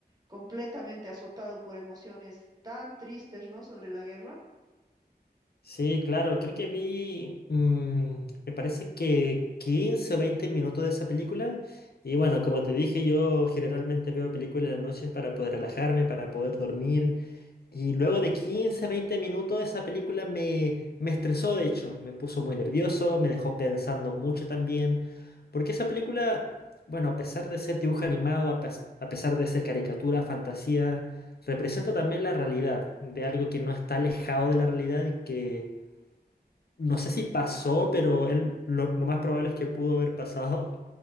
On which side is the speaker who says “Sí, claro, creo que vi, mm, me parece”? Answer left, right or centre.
Left